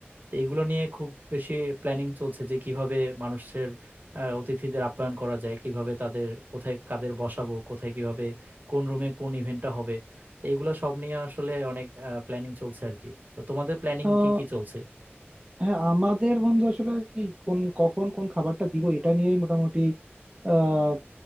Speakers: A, on the right; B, on the right.
A: তো এগুলো নিয়ে খুব বেশি প্ল্যানিং চলছে যে কিভাবে মানুষের আহ, অতিথিদের আপ্যায়ন করা যায় কিভাবে তাদের কোথায় কাদের বসাবো কোথায় কিভাবে কোন রুমে কোন ইভেন্টটা হবে তো এগুলো সব নিয়ে আসলে অনেক প্ল্যানিং চলছে আর কি তো তোমাদের প্ল্যানিং
B: না
A: কি কি চলছে
B: হ্যাঁ আমাদের বন্ধু আসলে এই কোন কখন কোন খাবারটা দিব এটা নিয়েই মোটামুটি আহ